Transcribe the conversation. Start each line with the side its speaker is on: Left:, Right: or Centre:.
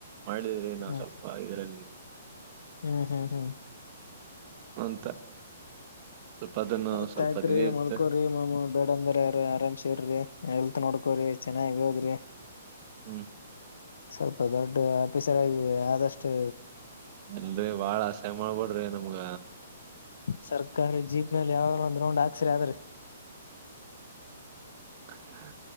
Right: ಮಾಡಿದ್ರಿ ನಾ
Left: ಹ್ಮ್
Right: ಸ್ವಲ್ಪ ಇದರಲ್ಲಿ
Left: ಹ್ಮ್ ಹ್ಮ್ ಹ್ಮ್
Right: ಅಂತ ಸ್ವಲ್ಪ ಅದನ್ನು
Left: ಆಯ್ತ
Right: ಸ್ವಲ್ಪ
Left: ಆಯ್ತ್ರ
Right: ಇದ
Left: ರಿ
Right: ಇತ್ತ
Left: ಮಲ್ಕೋರಿ ಮಾಮ ಬೇಡ ಅಂದ್ರ ಆರಾಮ್ಸಿರ್ರಿ ಎಲ್ತ ನೋಡ್ಕೋರಿ ಚೆನ್ನಾಗಿ ಓದ್ರಿ
Right: ಹ್ಮ್
Left: ಸ್ವಲ್ಪ ದೊಡ್ಡ ಆಫೀಸರ್ ಆಗಿ ಆದಷ್ಟು
Right: ಎಲ್ರರಿ ಬಾಳ ಆಸೆ ಮಾಡ್ಬಡ್ರಿ ನಮಗ
Left: ಸರ್ಕಾರಿ ಜೀಪ್ನಲ್ಲಿ ಯಾವಾಗ ಒಂದ್ ರೌಂಡ್ ಹಾಕ್ಸಿರಿ ಆದ್ರೀ
Right: ಹಾ